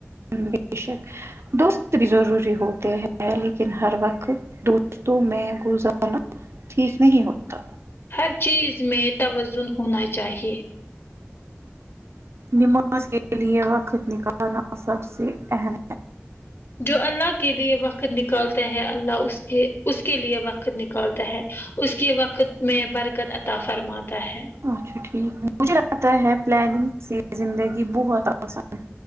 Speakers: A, on the right (about 65°); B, on the left (about 55°).
A: بے شک دوست بھی ضروری ہوتے ہیں لیکن ہر وقت دوستوں میں گزارنا ٹھیک نہیں ہوتا
B: ہر چیز میں توازن ہونا چاہیے
A: نماز کے لیے وقت نکالنا سب سے اہم
B: جو اللہ کے لیے وقت نکالتے ہیں اللہ اس کے اس کے لیے وقت ت نکالتا ہے اس کے وقت میں برکت عطا فرماتا ہے
A: اچھا ٹھیک مجھے لگتا ہے پلاننگ سے زندگی بہت آسان